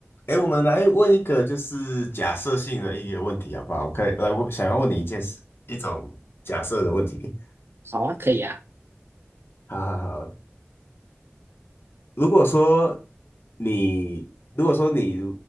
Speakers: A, on the left (about 60°); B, on the right (about 60°).
A: 哎，我们来问一个就是假设性的一个问题好不好？我可以来问，想要问你一件事，一种假设的问题。
B: 好啊，可以啊。
A: <laughs> 好好好，如果说你，如果说你